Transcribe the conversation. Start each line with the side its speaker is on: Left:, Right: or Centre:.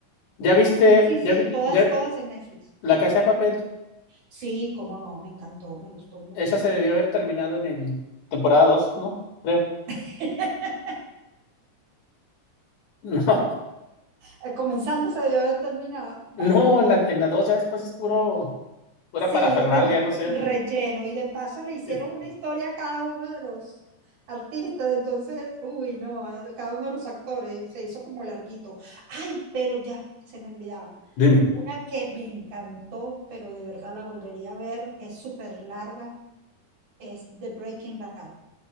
Left: ¿Ya,
Right: ah,
Left: viste,
Right: sí, sí,
Left: ya, vi-
Right: todas,
Left: ya,
Right: todas en Netflix.
Left: La Casa de Papel?
Right: Sí, cómo no, me encantó, me gustó mucho.
Left: Esa se debió haber terminado en el temporada 2, ¿no? Creo.
Right: <laughs>
Left: <laughs>
Right: Eh, Comenzando se debió haber terminado.
Left: No, no, en la, en la 2 ya después es puro, pura
Right: Sí,
Left: parafernalia,
Right: re-
Left: no sé.
Right: relleno. Y de paso le hicieron
Left: Es-
Right: una historia a cada uno de los artistas. Entonces, uy, no, a cada uno de los actores se hizo como larguito. Ay, pero ya se me olvidaba.
Left: Dime.
Right: Una que me encantó, pero de verdad la volvería a ver, es súper larga, es The Breaking Bad.